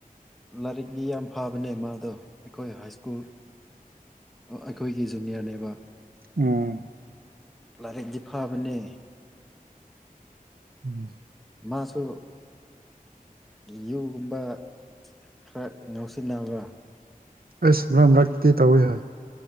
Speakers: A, in the centre; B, on the right.
A: ꯂꯥꯏꯔꯤꯛꯗꯤ ꯌꯥꯝ ꯐꯕꯅꯦ ꯃꯥꯗꯣ ꯑꯩꯈꯣꯏ ꯍꯥꯏ ꯁ꯭ꯀꯨꯜ ꯑꯩꯈꯣꯏꯒꯤ ꯖꯨꯅꯤꯌꯔꯅꯦꯕ
B: ꯎꯝ
A: ꯂꯥꯏꯔꯤꯛꯇꯤ ꯐꯥꯕꯅꯦ
B: ꯎꯝ
A: ꯃꯥꯁꯨ ꯌꯨꯨꯒꯨꯝꯕ ꯈꯔ ꯉꯥꯎꯁꯤꯟꯅꯕ꯭ꯔꯥ
B: ꯑꯩꯁꯨ ꯃꯔꯛ ꯃꯔꯛꯇꯗꯤ ꯇꯧꯏ ꯍꯣꯏ